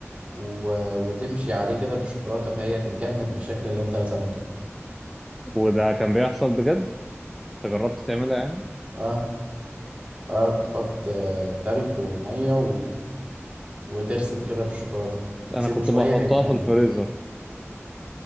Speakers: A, on the right; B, in the centre.
A: و... وتمشي عليه كده بالشوكولاته فهي تتجمد بالشكل اللي انت رسمته
B: وده كان بيحصل بجد أنت جربت تعملها يعني
A: اه اه تحط آه، تلج وميه و... وترسم كده بالشوكولاته
B: أنا
A: تسيبه
B: كنت
A: شويه
B: بحطها
A: هيتجمد
B: في الفريزر